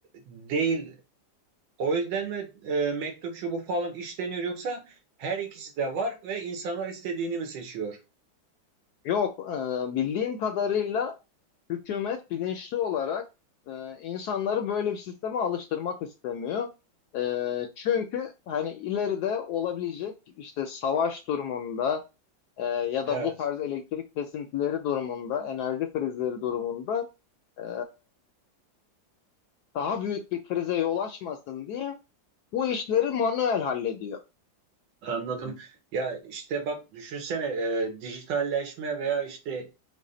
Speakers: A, on the right; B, on the left.
A: değil. O yüzden mi e, mektup şu bu falan işleniyor yoksa her ikisi de var ve insanlar istediğini mi seçiyor?
B: Yok, e, bildiğim kadarıyla hükümet bilinçli olarak e, insanları böyle bir sisteme alıştırmak istemiyor. E, çünkü hani ileride olabilecek işte savaş durumunda e, ya
A: Evet.
B: da bu tarz elektrik kesintileri durumunda, enerji krizleri durumunda e, daha büyük bir krize yol açmasın diye bu işleri manuel hallediyor.
A: Anladım. Ya işte bak düşünsene e, dijitalleşme veya işte